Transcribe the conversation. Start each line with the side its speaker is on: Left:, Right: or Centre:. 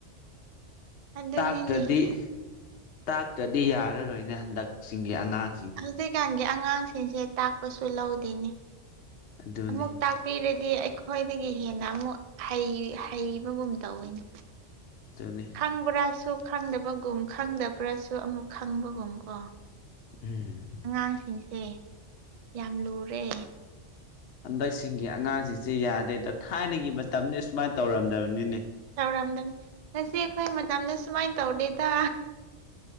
Right: ꯑꯗꯨꯅꯤꯅꯦꯍꯦ
Left: ꯇꯥꯛꯇ꯭ꯔꯗꯤ ꯇꯥꯛꯇ꯭ꯔꯗꯤ ꯌꯥꯔꯔꯣꯏꯅꯦ ꯍꯟꯗꯛꯁꯤꯡꯒꯤ ꯑꯉꯥꯡ
Right: ꯍꯧꯖꯤꯛꯀꯥꯟꯒꯤ ꯑꯉꯥꯡꯁꯤꯡꯁꯦ ꯇꯥꯛꯄꯁꯨ ꯂꯧꯗꯦꯅꯦ
Left: ꯑꯗꯨꯅꯤ
Right: ꯑꯃꯨꯛ ꯇꯥꯛꯄꯤꯔꯗꯤ ꯑꯩꯈꯣꯏꯗꯒꯤ ꯍꯦꯟꯅ ꯑꯃꯨꯛ ꯍꯩꯍꯩꯕꯒꯨꯝ ꯇꯧꯋꯤꯅꯦ
Left: ꯆꯥꯅꯤ
Right: ꯈꯪꯕ꯭ꯔꯥꯁꯨ ꯈꯪꯗꯕꯒꯨꯝ ꯈꯪꯗꯕ꯭ꯔꯥꯁꯨ ꯑꯃꯨꯛ ꯈꯪꯕꯒꯨꯝ ꯀꯣ
Left: ꯎꯝ
Right: ꯑꯉꯥꯡꯁꯤꯡꯁꯦ ꯌꯥꯝ ꯂꯨꯔꯦ
Left: ꯍꯟꯗꯛꯁꯤꯡꯒꯤ ꯑꯉꯥꯡꯖꯤꯡꯖꯦ ꯌꯥꯗ꯭ꯔꯦꯗ ꯊꯥꯏꯅꯒꯤ ꯃꯇꯝꯗꯤ ꯁꯨꯃꯥꯏ ꯇꯧꯔꯝꯗꯕꯅꯤꯅꯦ
Right: ꯇꯧꯔꯝꯗꯃꯦ ꯅꯆꯦꯈꯣꯏ ꯃꯇꯝꯅ ꯁꯨꯃꯥꯏ ꯇꯧꯗꯦꯗ